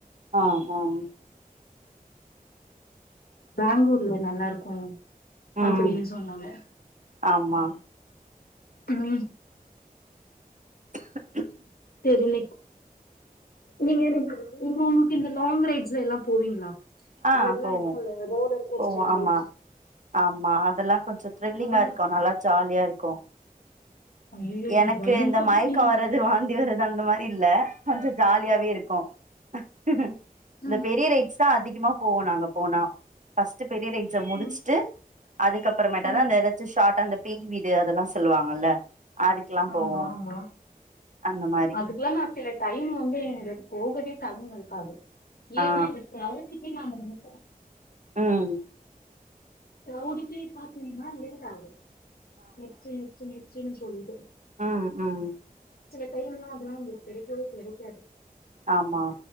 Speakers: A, on the right; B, on the left.
A: ஆஹ் ஆஹ்
B: பெங்களூர்ல நல்லா இருக்கும்
A: ம்
B: அப்படின்னு சொன்னாங்க
A: ஆமா
B: உம்
A: கூம்
B: சரி நா நீங்க உங்க உங்களுக்கு இந்த லாங் ரைட்ஸ்ல எல்லாம் போவீங்களா
A: ஆஹ்
B: சிலதுலா
A: போவோம்
B: இருக்குல்ல ரோலர் கோஸ்டர்
A: போவோம்
B: மாரி
A: ஆமா ஹான் போவோம் ஓ ஆமா ஆமா அதெல்லாம் கொஞ்சம் த்ரில்லிங்கா
B: அதெல்லா
A: இருக்கும் நல்லா ஜாலியா இரு இருக்கும்
B: ஐயையோ
A: எனக்கு
B: பயோம்பா
A: இந்த மயக்கம்
B: நீங்க
A: வரது வாத் இவர் அந்த மாரி இல்ல கொஞ்சம் ஜாலியாவே இருக்கும் ஹக்குக இந்த
B: ம்
A: பெரிய ரைட்ஸ் தான் அதிகமா போவோம் நாங்க போனா பர்ஸ்ட் பெரிய ரெய்டுச முடிச்சுட்டு
B: ம்,
A: அதுக்கப்பறமேடாதான்
B: ம்.
A: அந்த ஏதச்சும் ஷாட்ட அந்த பேய் வீடு அதெல்லாம் சொல்லுவாங்கல்ல அதுக்கெல்லா
B: ஆமா
A: போவோ
B: ஆமா
A: அந்த மாரி
B: அதுக்கெல்லாம் நான் சில டைம் வந்து எங்க போகவே டாயிம்இருக்காது யே
A: ஆ
B: னா இந்த கிரௌட் நாங்க நேனப்போம்
A: ஆஹம்
B: கிரௌட் பாத்தினிமா லேட் ஆகுது நேக்ஸ்டு நெஸ்ட்டு நெஸ்ட் வந்து
A: ஆஹ் ஹ்
B: டைம்லாம் அதெல்லாம் உங் கிடைக்கவே கிடைக்காது
A: ஆமா